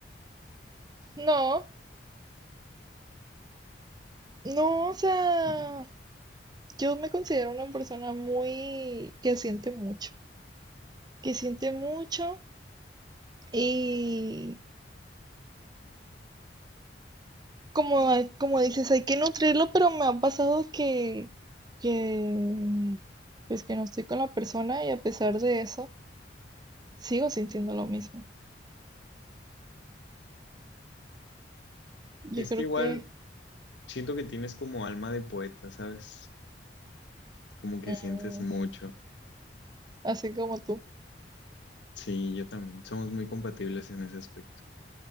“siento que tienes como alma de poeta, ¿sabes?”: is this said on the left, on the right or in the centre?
Left